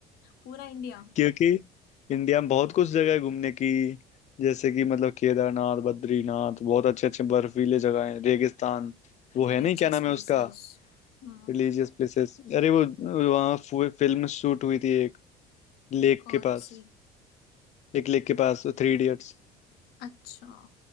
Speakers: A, on the left (about 65°); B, on the left (about 40°).
A: पूरा इंडिया
B: क्योंकि इंडिया में बहुत कुछ जगह है घूमने की जैसे कि मतलब केदारनाथ बद्रीनाथ बहुत अच्छे अच्छे बर्फीले जगह हैं रेगिस्तान वो
A: Religious
B: है नहीं क्या नाम है
A: places
B: उसका
A: हम्म
B: रिलीजियस प्लेसेस अरे वो वहाँ फिल्म शूट हुई थी एक लेक
A: कौन
B: के पास
A: सी
B: एक लेक के पास थ्री इडियट्स
A: अच्छा